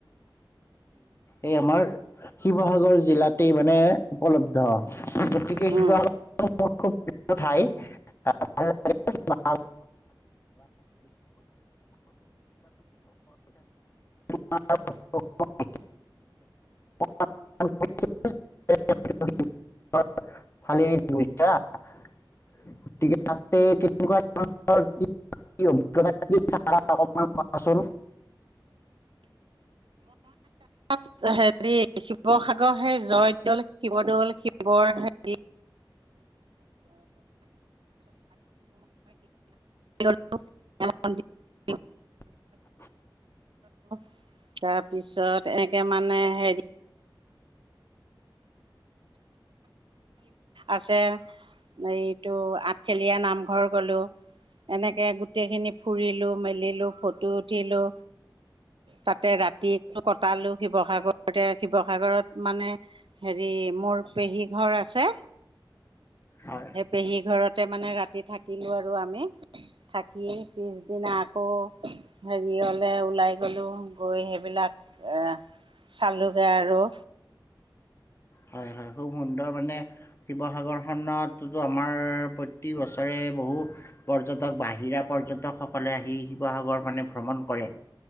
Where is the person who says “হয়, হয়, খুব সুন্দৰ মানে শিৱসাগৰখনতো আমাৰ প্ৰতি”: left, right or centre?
Left